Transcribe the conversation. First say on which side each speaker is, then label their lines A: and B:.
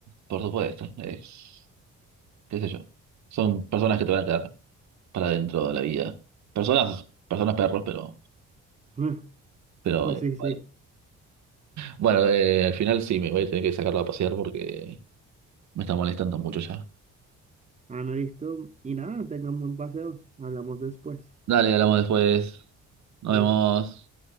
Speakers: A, on the right; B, on the right.
A: por supuesto, es, qué sé yo. Son personas que te van a quedar para dentro de la vida. Personas, personas perros, pero,
B: <laughs>
A: pero
B: Pues sí, sí.
A: bueno, Bueno, eh, al final sí me voy a tener que sacarlo a pasear porque me está molestando mucho ya.
B: Ah, no, listo. Y nada, tengan buen paseo. Hablamos después.
A: Dale, hablamos después. Nos
B: Adiós.
A: vemos.